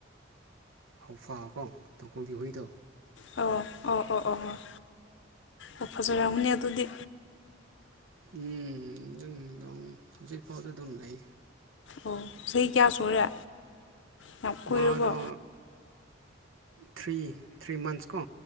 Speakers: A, on the right (about 80°); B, on the left (about 65°).
A: ꯍꯥꯎꯐꯀꯣ ꯇꯣꯡꯀꯣꯜ ꯕꯍꯨꯏꯗꯣ
B: ꯑꯣ ꯑꯣ ꯑꯣ ꯑꯣ ꯑꯣ ꯑꯣ ꯐꯖꯔꯅꯤ ꯑꯗꯨꯗꯤ
A: ꯎꯝ ꯅꯪ ꯑꯗꯨꯝ ꯍꯧꯖꯤꯛꯐꯥꯎꯁꯨ ꯑꯗꯨꯝ ꯂꯩ
B: ꯑꯣ ꯁꯤ ꯀꯌꯥ ꯁꯨꯔꯦ ꯌꯥꯝ ꯀꯨꯏꯔꯕꯣ
A: ꯃꯥꯗꯣ ꯊ꯭ꯔꯤ ꯊ꯭ꯔꯤ ꯃꯟꯊꯁ ꯀꯣ